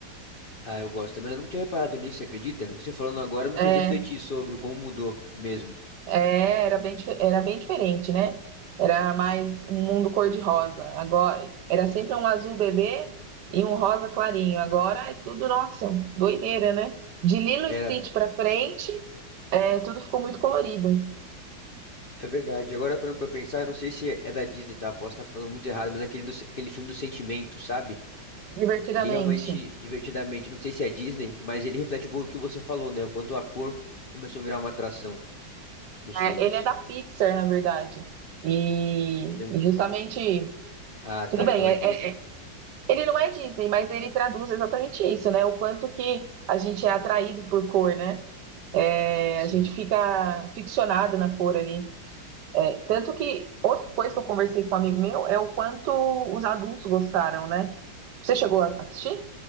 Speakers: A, on the left; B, on the right.
A: Ah, eu gosto, mas eu não tinha reparado nisso, você acredita? Você falando agora me
B: É,
A: fez refletir sobre como mudou mesmo.
B: é, era bem, dife- era bem diferente, né? Era mais um mundo cor-de-rosa. Agora era sempre um azul bebê e um rosa clarinho. Agora é tudo, nossa, doideira, né? De Lilo
A: Era
B: e Stitch pra frente. É, tudo ficou muito colorido,
A: É verdade. Agora, parando pra pensar, eu não sei se é da Disney, tá? Posso estar falando muito errado, mas aquele, do- aquele filme do sentimento, sabe?
B: divertidamente.
A: Ele realmente, divertidamente, não sei se é Disney, mas ele reflete um pouco do que você falou, né? O quanto a cor começou a virar uma atração nos
B: É,
A: filmes.
B: ele é da Pixar, na verdade. E,
A: Tem-
B: e
A: um,
B: justamente,
A: Ah, tá,
B: tudo bem,
A: não é
B: é-
A: Disney.
B: é- ele não é Disney, mas ele traduz exatamente isso, né? O quanto que a gente é atraído por cor, né? É,
A: Sim.
B: a gente fica ficcionado na cor ali. É, tanto que outra coisa que eu conversei com um amigo meu é o quanto os adultos gostaram, né? Você chegou a assistir?